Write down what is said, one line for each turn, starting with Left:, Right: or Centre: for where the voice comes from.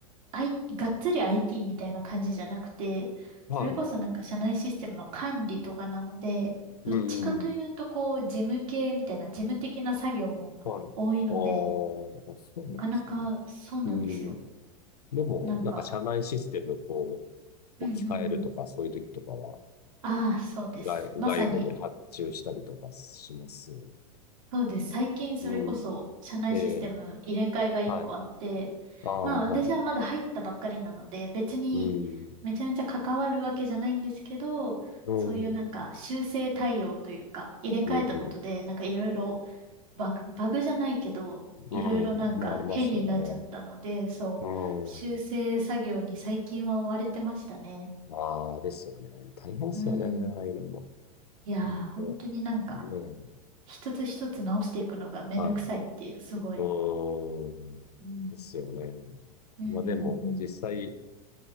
Right: あい、がっつり IT みたいな感じじゃなくて、
Left: はい。
Right: それこそなんか社内システムの管理とかなので、
Left: うん。
Right: どっちかというとこう、事務系みたいな、事務的な作業も多いので、
Left: はい。ああ、そうなんですね。
Right: なかなかそうなんですよ。
Left: うん。でも、
Right: なんか、
Left: なんか社内システム、こ
Right: うんうんうん。
Left: う、置き換えるとか、そういう時とかは、
Right: ああ、そうです。
Left: 外、
Right: まさに
Left: 外部に発注したりとかしますよね。
Right: そうです。最近それこそ社内システム入れ替えが1個あって、
Left: うん。ええ、はい。ああ、
Right: まあ私はまだ入ったばっかりなので、
Left: はい。
Right: 別に
Left: うん。
Right: めちゃめちゃ関わるわけじゃないんですけど、
Left: うん。
Right: そういうなんか修正対応というか、入れ替えたことで、
Left: うん。うん。
Right: なんかいろいろバグ、バグじゃないけど、いろいろなんか変になっちゃったので、
Left: うんまあ、ありますよね。
Right: そう、
Left: う
Right: 修正作業に最近は追われてましたね。
Left: ん。ああ、ですよね。大変ですよね。
Right: うん。
Left: ああいうのも。
Right: いやー、
Left: うんとねえ。
Right: 本当になんか、一つ一つ直していくのがめんどくさいっていう、
Left: はい
Right: すごい。
Left: うーん。
Right: うん、
Left: ですよね。
Right: うん、
Left: まあでも、
Right: うん。うん
Left: 実際